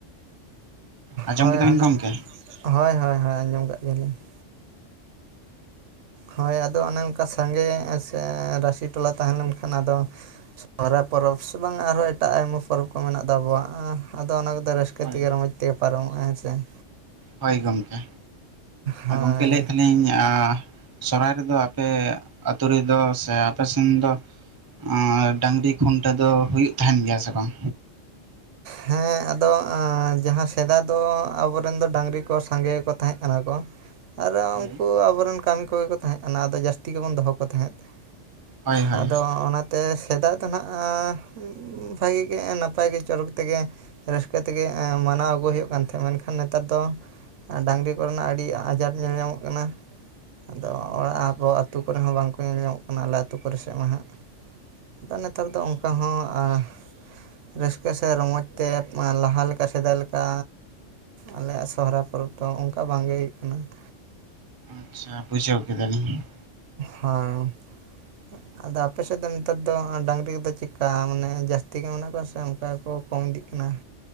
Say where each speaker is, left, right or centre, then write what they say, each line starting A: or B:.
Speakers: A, on the right; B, on the right.
A: ᱟᱸᱡᱚᱢ
B: ᱦᱳᱭ
A: ᱠᱮᱫᱟᱵᱤᱱ
B: ᱚᱱᱟ
A: ᱜᱚᱢᱠᱮ
B: ᱦᱳᱭ ᱦᱳᱭ ᱦᱳᱭ ᱟᱸᱡᱚᱢ ᱠᱟᱜ ᱜᱮᱭᱟᱞᱤᱧ ᱾ ᱦᱳᱭ ᱟᱫᱚ ᱚᱱᱮ ᱚᱱᱠᱟ ᱥᱟᱸᱜᱮ ᱥᱮ ᱨᱟᱥᱤ ᱴᱚᱞᱟ ᱛᱟᱦᱮᱸ ᱞᱮᱱᱠᱷᱟᱱ ᱟᱫᱚ ᱥᱚᱦᱨᱟᱭ ᱯᱚᱨᱚᱵᱽ ᱥᱮ ᱵᱟᱝ ᱟᱨᱦᱚᱸ ᱮᱴᱟᱜ ᱟᱭᱢᱟ ᱯᱚᱨᱚᱵᱽ ᱠᱚ ᱢᱮᱱᱟᱜ ᱫᱚ ᱟᱵᱚᱣᱟᱜ ᱟᱫᱚ ᱚᱱᱟ ᱠᱚᱫᱚ ᱨᱟᱹᱥ ᱠᱟᱹ
A: ᱦᱳᱭ
B: ᱛᱮᱜᱮ ᱨᱚᱢᱚᱡᱽ ᱛᱮᱜᱮ ᱯᱟᱨᱚᱢᱚᱜ-ᱟ ᱦᱮᱸ ᱥᱮ ᱾
A: ᱦᱳᱭ ᱜᱚᱢᱠᱮ,
B: ᱦᱳᱭ
A: ᱟᱨ ᱜᱚᱢᱠᱮ ᱞᱟᱹᱭᱮᱫ ᱛᱟᱦᱮᱫ ᱟᱞᱤᱧ ᱟᱸ ᱥᱚᱨᱦᱟᱭ ᱨᱮᱫᱚ ᱟᱯᱮ ᱟᱹᱛᱩ ᱨᱮᱫᱚ ᱥᱮ ᱟᱯᱮ ᱥᱮᱱ ᱫᱚ ᱚᱸ ᱰᱟᱹᱝᱨᱤ ᱠᱷᱩᱱᱴᱟᱹᱣ ᱫᱚ ᱦᱩᱭᱩᱜ ᱛᱟᱦᱮᱱ ᱜᱮᱭᱟ ᱥᱮ ᱵᱟᱝ?
B: ᱦᱮᱸ ᱟᱫᱚ ᱡᱟᱦᱟᱸ ᱥᱮᱫᱟᱭ ᱫᱚ ᱟᱵᱚᱨᱮᱱ ᱫᱚ ᱰᱟᱹᱝᱨᱤ ᱠᱚ ᱥᱟᱸᱜᱮ ᱜᱮᱠᱚ ᱛᱟᱦᱮᱸ ᱠᱟᱱᱟ ᱠᱚ ᱟᱨ
A: ᱦᱳᱭ
B: ᱩᱱᱠᱩ ᱟᱵᱚᱨᱮᱱ ᱠᱟᱹᱢᱤ ᱠᱚᱜᱮ ᱠᱚ ᱛᱟᱦᱮᱸ ᱠᱟᱱᱟ ᱟᱫᱚ ᱡᱟᱹᱥᱛᱤ ᱜᱮᱵᱚᱱ ᱫᱚᱦᱚ ᱠᱚ ᱛᱟᱦᱮᱸᱫ ᱾
A: ᱦᱳᱭ ᱦᱳᱭ
B: ᱟᱫᱚ ᱚᱱᱟᱛᱮ ᱥᱮᱫᱟᱭ ᱫᱚ ᱦᱟᱸᱜ ᱮᱸ ᱵᱷᱟᱜᱮ ᱜᱮ ᱱᱟᱯᱟᱭ ᱜᱮ ᱪᱚᱨᱚᱠ ᱛᱮᱜᱮ ᱨᱟᱹᱥᱠᱟᱹ ᱛᱮᱜᱮ ᱢᱟᱱᱟᱣ ᱟᱹᱜᱩᱭ ᱦᱩᱭᱩᱜ ᱠᱟᱱ ᱛᱟᱦᱮᱸᱫ ᱢᱮᱱᱠᱷᱟᱱ ᱱᱮᱛᱟᱨ ᱫᱚ ᱰᱟᱹᱝᱨᱤ ᱠᱚᱨᱮᱱᱟᱜ ᱟᱹᱰᱤ ᱟᱡᱷᱟᱴ ᱧᱮᱞ ᱧᱟᱢᱚᱜ ᱠᱟᱱᱟ ᱾ ᱟᱫᱚ ᱚᱲᱟᱜ ᱟᱵᱚ ᱟᱹᱛᱩ ᱠᱚᱨᱮ ᱦᱚᱸ ᱵᱟᱝᱠᱚ ᱧᱮᱞ ᱧᱟᱢᱚᱜ ᱠᱟᱱᱟ ᱟᱞᱮ ᱟᱹᱛᱩ ᱠᱚᱨᱮ ᱥᱮᱫ ᱢᱟ ᱦᱟᱸᱜ ᱾ ᱟᱫᱚ ᱱᱮᱛᱟᱨ ᱫᱚ ᱚᱱᱠᱟ ᱦᱚᱸ ᱟᱸ ᱨᱟᱹᱥᱠᱟᱹ ᱥᱮ ᱨᱚᱢᱚᱡᱽ ᱛᱮ ᱞᱟᱦᱟ ᱞᱮᱠᱟ ᱥᱮᱫᱟᱭ ᱞᱮᱠᱟ ᱟᱞᱮᱭᱟᱜ ᱥᱚᱦᱚᱨᱟᱭ ᱯᱚᱨᱚᱵᱽ ᱫᱚ ᱚᱱᱠᱟ ᱵᱟᱝᱜᱮ ᱦᱩᱭᱩᱜ ᱠᱟᱱᱟ ᱾
A: ᱟᱪᱪᱷᱟ ᱵᱩᱡᱷᱟᱹᱣ ᱠᱮᱫᱟ ᱞᱤᱧ ᱾
B: ᱦᱮᱸ ᱾ ᱟᱫᱚ ᱟᱯᱮᱥᱮᱫ ᱫᱚ ᱱᱮᱛᱟᱨ ᱫᱚ ᱰᱟᱸᱝᱨᱤ ᱠᱚᱫᱚ ᱪᱮᱫᱠᱟ ᱢᱟᱱᱮ ᱡᱟᱹᱥᱛᱤ ᱜᱮ ᱢᱮᱱᱟᱜ ᱠᱚᱣᱟ ᱥᱮ ᱚᱱᱠᱟ ᱜᱮᱠᱚ ᱠᱚᱢ ᱤᱫᱤᱜ ᱠᱟᱱᱟ ᱾